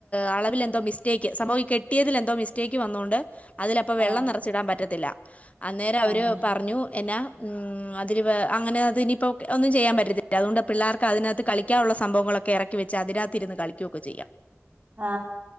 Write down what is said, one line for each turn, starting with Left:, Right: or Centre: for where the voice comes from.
Left: അളവിൽ എന്തോ മിസ്റ്റേക്ക് സംഭവം ഈ കെട്ടിയതിൽ എന്തോ മിസ്റ്റേക്ക് വന്നോണ്ട് - അതിലപ്പോ വെള്ളം
Right: ആഹ്
Left: നെറച്ചിടാൻ പറ്റത്തില്ല <inaudible> അന്നേരം അവര്
Right: ആഹ് ആഹ്
Left: പറഞ്ഞു എന്നാ അതില് അങ്ങനെ അതിനിപ്പോൾ ഒന്നും ചെയ്യാൻ പറ്റത്തില്ല അതുകൊണ്ട് പിള്ളേർക്ക് അതിനകത്ത് കളിക്കാനുള്ള സ്‌ സംഭവങ്ങളൊക്കെ എറക്കി വെച്ച് അതിനകത്തിരുന്ന് കളിക്കുയൊക്കെ ചെയ്യാം
Right: ആ